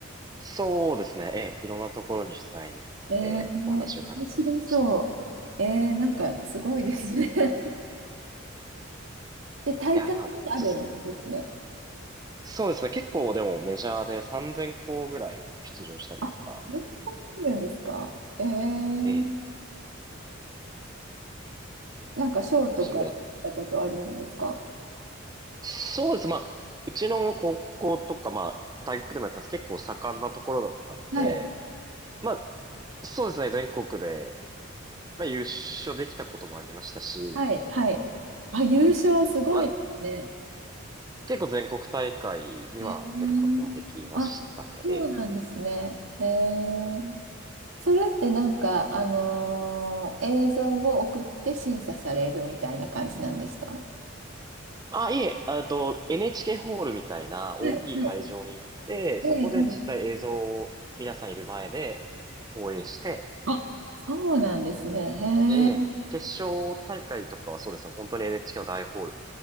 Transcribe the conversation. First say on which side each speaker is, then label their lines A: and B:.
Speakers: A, on the right (about 20°); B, on the right (about 75°).
A: そうですね、ええ、いろんなところに取材に行ってお話を伺ったりとかしてですね。
B: えー、面白そう。えー、なんかすごいですね。<laughs> で、大会もあるんですね。
A: いや、まあ、そうですね。そうですね。結構でもメジャーで3000校ぐらい出場したりとか、
B: あ、そうなんですか。えー、
A: ええ。
B: なんか賞とか取ったことあるんですか
A: そういう意味では、そうです。まあ、うちの高校とか、まあ、大学でもやったんですけど結構盛んなところだったので、
B: はい。
A: まあ、そうですね。全国で、まあ、優勝できたこともありましたし、
B: はい、はい。あ、優勝すごいですね。
A: まあ、結構全国大会には出ることはできましたね。
B: えー、あ、そうなんですね。えー、
A: ええ
B: それってなんか、あのー映像を送って審査されるみたいな感じなんですかは
A: あ、いえ、あと、NHK ホールみたいな大きい会場に行って、
B: い、はい。ええ、
A: そこで実際映像を皆さんいる前で放映して、
B: うんあ、そうなんですね。へえ。
A: ええ、決勝大会とかはそうですね、本当に NHK の大ホール